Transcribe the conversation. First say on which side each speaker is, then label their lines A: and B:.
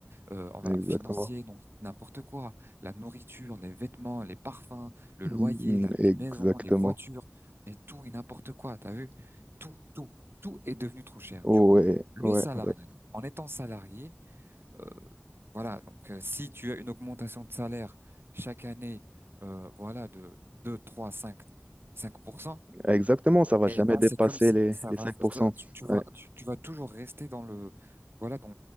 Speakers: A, on the right; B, on the right.
A: euh, on va,
B: exactement.
A: financier, donc n'importe quoi, la nourriture, les vêtements, les parfums, le
B: Mm,
A: loyer, la-
B: Exactement.
A: les maisons, les voitures, mais tout et n'importe quoi, t'as vu? Tout, tout, tout est devenu trop cher.
B: Ouais,
A: Du coup, le
B: ouais,
A: salarié,
B: ouais.
A: en étant salarié, euh, voilà, donc euh, si tu as une augmentation de salaire chaque année, euh, voilà, de deux, trois, cinq, cinq pour cent.
B: Exactement, ça va
A: Eh
B: jamais
A: ben,
B: dépasser
A: c'est comme si
B: les,
A: ça
B: les
A: va,
B: 5%.
A: ça- tu, tu vas,
B: Ouais,
A: tu, tu vas toujours rester dans le, voilà, dans,